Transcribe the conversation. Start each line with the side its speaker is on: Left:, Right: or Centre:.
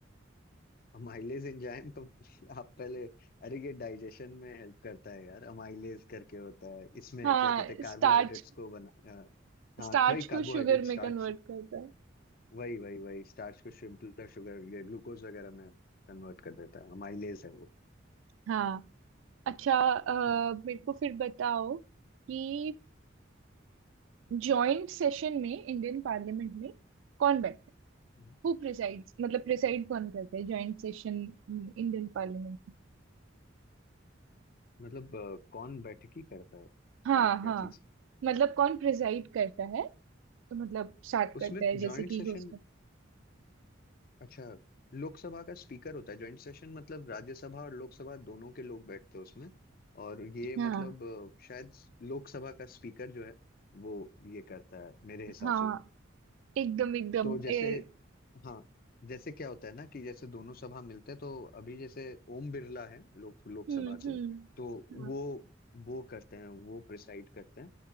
Left: अमाइलेज एंजाइम तो <laughs> आप पहले अरे ये डाइजेशन में हेल्प करता है यार अमाइलेज करके होता है इसमें
Right: हाँ
Left: क्या कहते हैं कार्बोहाइड्रेट्स
Right: स्टार्च
Left: को बना अ, हाँ
Right: स्टार्च
Left: वही
Right: को
Left: कार्बोहाइड्रेट
Right: शुगर
Left: स्टार्च
Right: में कन्वर्ट करता है
Left: वही वही वही स्टार्च को सिंपलर शुगर ये ग्लूकोज वगैरह में कन्वर्ट कर देता है अमाइलेज है वो
Right: हाँ अच्छा अ,
Left: हम्म,
Right: मेरे को फिर बताओ कि जॉइंट सेशन में इंडियन पार्लियामेंट में कौन बैठता है
Left: हम्म।
Right: हु प्रिसाइड्स मतलब प्रिसाइड कौन करता है जॉइंट सेशन इंडियन पार्लियामेंट में
Left: मतलब अ, कौन बैठकी करता है
Right: हाँ
Left: मतलब क्या
Right: हाँ
Left: चीज
Right: मतलब कौन प्रिसाइड करता है तो मतलब स्टार्ट
Left: उसमें
Right: करता है जैसे
Left: जॉइंट
Right: कि
Left: सेशन
Right: होस्ट करता
Left: अच्छा लोकसभा का स्पीकर होता है जॉइंट सेशन मतलब राज्यसभा और लोकसभा दोनों के लोग बैठते हैं उसमें और ये
Right: है हाँ
Left: मतलब अ, शायद लोकसभा का स्पीकर जो है वो ये करता है मेरे हिसाब
Right: हाँ
Left: से
Right: एकदम एकदम
Left: तो जैसे
Right: ए,
Left: हाँ जैसे क्या होता है ना कि जैसे दोनों सभा मिलते हैं तो अभी जैसे ओम बिरला है लोक लोकसभा
Right: हम्म हम्म
Left: के तो वो वो करते हैं वो प्रिसाइड करते हैं